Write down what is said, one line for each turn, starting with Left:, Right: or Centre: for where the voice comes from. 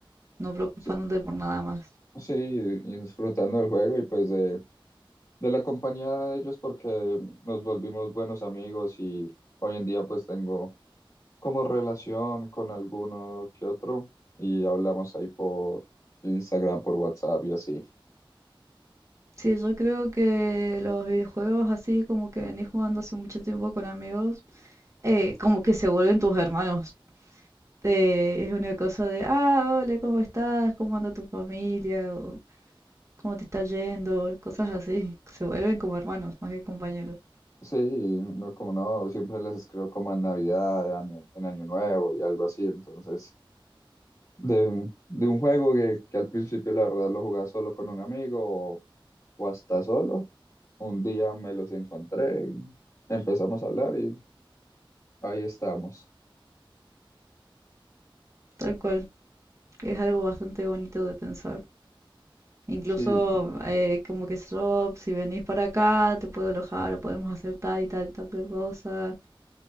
Right: no preocupándote
Left: Sí,
Right: por nada más.
Left: sí, y disfrutando del juego y pues de, de la compañía de ellos porque nos volvimos buenos amigos y hoy en día pues tengo como relación con alguno que otro y hablamos ahí por Instagram, por WhatsApp y así.
Right: Sí, yo creo que los videojuegos así como que venís jugando hace mucho tiempo con amigos, eh, como que se vuelven tus hermanos. Eh, es una cosa de, ah, hola, ¿cómo estás? ¿Cómo anda tu familia? O, ¿cómo te está yendo? Cosas así. Se vuelven como hermanos, más que compañeros.
Left: Sí, y no como no, siempre les escribo como en Navidad, en Año, en Año Nuevo y algo así, entonces de, un- de un juego que, que al principio la verdad lo jugaba solo con un amigo o hasta solo. Un día me los encontré y empezamos a hablar y ahí estamos.
Right: Tal cual. Es algo bastante bonito de pensar. Incluso
Left: Sí,
Right: eh, como que yo, si venís para acá, te puedo alojar o podemos hacer tal y tal, tal cosa.